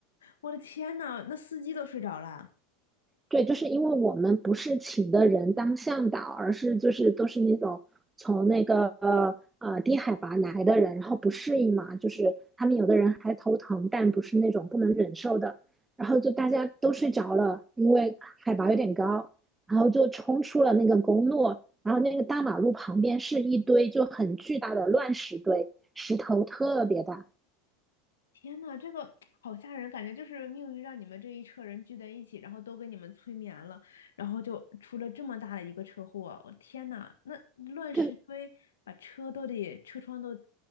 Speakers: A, on the left; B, on the right.
A: 我的天呐，那司机都睡着了。
B: 对，就是因为我们不是请的人当向导，而是就是都是那种从那个呃呃低海拔来的人，然后不适应嘛，就是他们有的人还头疼，但不是那种不能忍受的，然后就大家都睡着了，因为海拔有点高，然后就冲出了那个公路，然后那个大马路旁边是一堆就很巨大的乱石堆，石头特别大。
A: 天呐，这个好吓人，感觉就是命运让你们这一车人聚在一起，然后都给你们催眠了，然后就出了这么大的一个车祸。我的天呐，那乱石堆把车都得车窗都
B: 对，